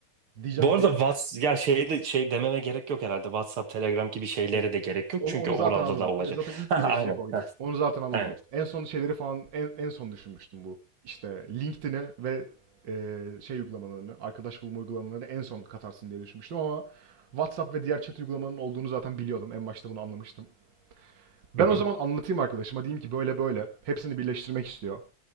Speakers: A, on the right; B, on the right.
A: Diyeceğim
B: Bu
A: ki
B: arada Whats ya şey de şey dememe gerek yok herhalde. WhatsApp, Telegram gibi şeylere
A: Yok.
B: de gerek yok
A: Onu,
B: çünkü
A: onu
B: orada
A: zaten anladım.
B: da olacak.
A: O zaten ilk
B: <laughs> Ha,
A: birleşecek
B: aynen.
A: oydu.
B: Ha,
A: Onu zaten anladım.
B: aynen.
A: En son şeyleri falan en, en son düşünmüştüm bu. İşte LinkedIn'i ve e, şey uygulamalarını, arkadaş bulma uygulamalarını en son katarsın diye düşünmüştüm ama WhatsApp ve diğer chat uygulamanın olduğunu zaten biliyordum. En başta bunu anlamıştım. Ben
B: Hı hı.
A: o zaman anlatayım arkadaşıma. Diyeyim ki böyle böyle. Hepsini birleştirmek istiyor.